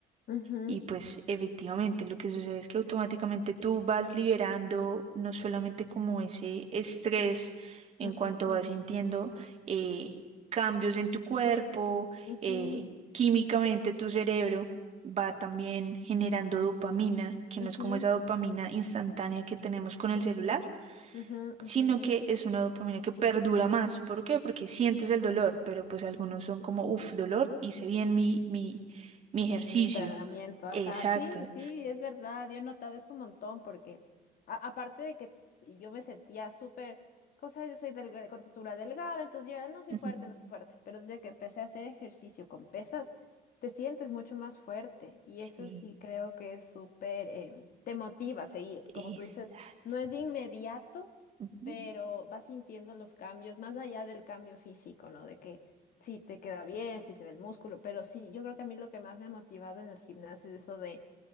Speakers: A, on the left; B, on the right.
A: Ujú,
B: Y pues efectivamente lo que sucede es que automáticamente tú vas liberando no solamente como ese estrés en
A: ujú,
B: cuanto vas sintiendo eh, cambios en tu cuerpo,
A: ujú,
B: eh, químicamente tu cerebro va también generando dopamina, que
A: ujú,
B: no es como esa dopamina instantánea que tenemos con el celular,
A: ujú,
B: sino
A: ujú.
B: que es una dopamina que perdura más. ¿Por qué? Porque sientes el dolor, pero pues algunos son como, uff, dolor, hice bien mi, mi, mi ejercicio.
A: Mi entrenamiento, ajá,
B: Exacto,
A: sí, sí, es verdad, yo he notado eso un montón porque a- aparte de que yo me sentía súper, cosa yo soy delgada, con textura delgada, entonces yo era, no soy
B: Ujú.
A: fuerte, no soy fuerte, pero desde que empecé a hacer ejercicio con pesas, te sientes mucho más fuerte y
B: Sí,
A: eso sí creo que es súper, em, te motiva a seguir, como
B: exacto.
A: tú dices, no es inmediato,
B: Ujú,
A: pero vas sintiendo los cambios, más allá del cambio físico, ¿no? De que si te queda bien, si se ve el músculo, pero sí, yo creo que a mí lo que más me ha motivado en el gimnasio es eso de